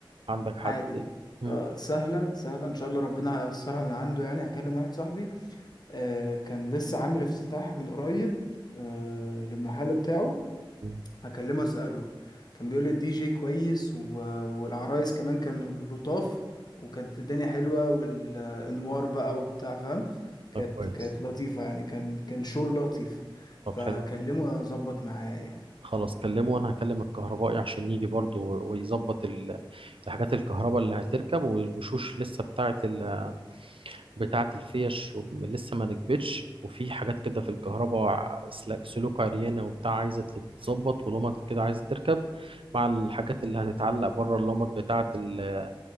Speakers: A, on the right; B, on the left.
A: عندك حد
B: عادي
A: مم.
B: آه سهله سهله ان شاء الله ربنا هيأثرها من عنده يعني هكلم واحد صاحبي آه كان لسه عامل افتتاح من قريب آه للمحل بتاعه
A: مم.
B: هكلمه اسأله كان بيقول لي الدي جي كويس و... والعرايس كمان كانوا لطاف وكانت الدنيا حلوة والانوار بقى وبتاع فاهم كانت
A: طب كويس
B: كانت لطيفة يعني كان كان شو لطيف
A: طب
B: فهكلمه
A: حلو
B: اظبط معاه يعني
A: خلاص كلمه وانا هكلم الكهربائي عشان يجي برضو و- ويظبط ال- الحاجات الكهرباء اللي هتركب والوشوش لسه بتاعه ال... بتاعه الفيش وم- لسه ما ركبتش وفي حاجات كده في الكهرباء ع- سل- سلوك عريانه وبتاع عايزه تتظبط ولمط كده عايزه تركب مع الحاجات اللي هتتعلق بره اللمط بتاعه ال...